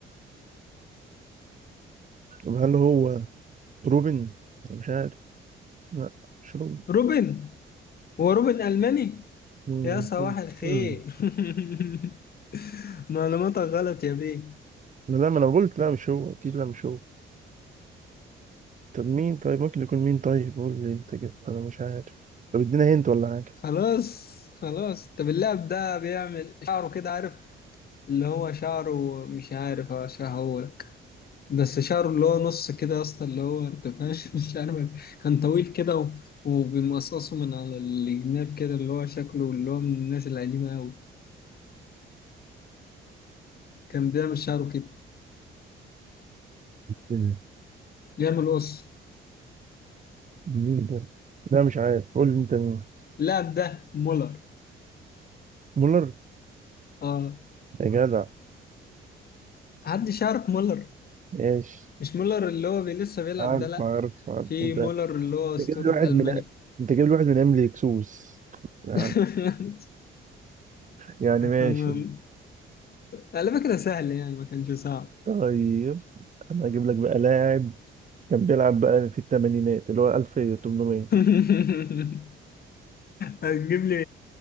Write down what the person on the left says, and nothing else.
<laughs> روبن هو روبن ألماني
يا صباح
الخير
<laughs> معلوماتك غلط يا بيه
خلاص خلاص طب اللاعب ده بيعمل شعره كده عارف اللي هو شعره مش عارف اشرحهولك بس شعره اللي هو نص كده يا اسطى اللي هو انت فاهم <laughs> مش عارف كان طويل كده و... وبيمقصصه من على الجناب كده اللي هو شكله اللي هو من الناس القديمة أوي كان بيعمل شعره كده
بيعمل قص
اللاعب ده مولر
اه
حدش يعرف مولر
مش مولر اللي هو بي- لسه بيلعب
ده لا
في
مولر اللي هو
أسطورة
ألمانيا
<laughs>
أمم. على فكرة سهل يعني ما كانش صعب
<laughs> هتجيب لي